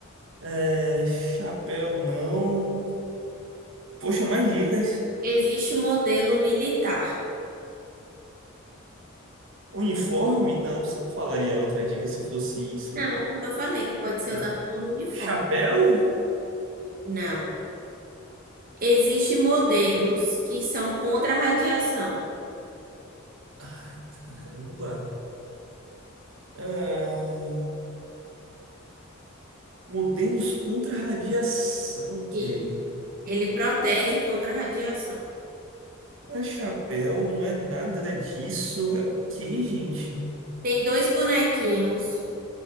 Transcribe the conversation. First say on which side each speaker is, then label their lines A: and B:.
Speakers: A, on the right; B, on the right.
A: é, chapéu não. Poxa, mais dicas.
B: Existe modelo militar.
A: Uniforme? Não, você não falaria outra dica se fosse isso.
B: Não, porque eu falei que pode ser
A: Ah,
B: usado como uniforme.
A: Chapéu?
B: Não. Existem modelos que são contra a radiação.
A: Ai, caramba. Ah, Modelos contra radiação, Kelly.
B: E ele protege contra a radiação.
A: Não é chapéu, não é nada disso. É o que gente?
B: Tem dois bonequinhos